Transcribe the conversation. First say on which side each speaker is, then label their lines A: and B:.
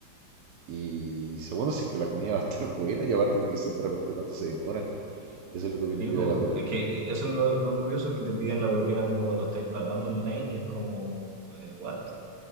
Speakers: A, on the right; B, on the right.
A: y segundo, si es que la comida va a estar <laughs> buena y aparte que quizás de repente cuánto se demoran. Eso es lo que opino
B: Sí,
A: yo
B: po,
A: de la propina.
B: es que eh, eso es lo, lo curioso que te piden la propina como cuando estáis pagando online y es como, eh, ¿what?